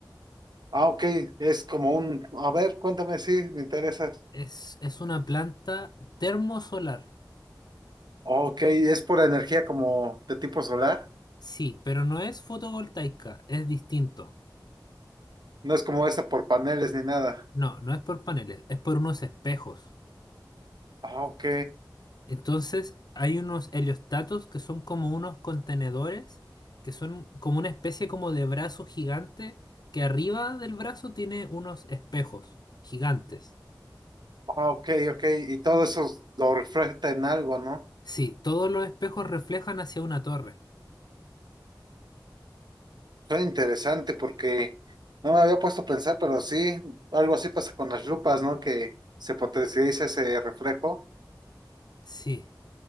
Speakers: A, on the right; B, on the left.
A: ah, ok, es como un, a ver, cuéntame, sí, me interesa.
B: Es, es una planta termosolar.
A: Ok, es pura energía como de tipo solar.
B: Sí, pero no es fotovoltaica, es distinto.
A: No es como esa por paneles ni nada.
B: No, no es por paneles, es por unos espejos.
A: Ah, Ok,
B: Entonces, hay unos heliostatos que son como unos contenedores, que son como una especie como de brazo gigante, que arriba del brazo tiene unos espejos gigantes.
A: ah, ok, ok. Y todo eso lo refleja en algo, ¿no?
B: Sí, todos los espejos reflejan hacia una torre.
A: Suena interesante porque no me había puesto a pensar, pero sí, algo así pasa con las lupas, ¿no? Que se potencializa ese reflejo.
B: Sí.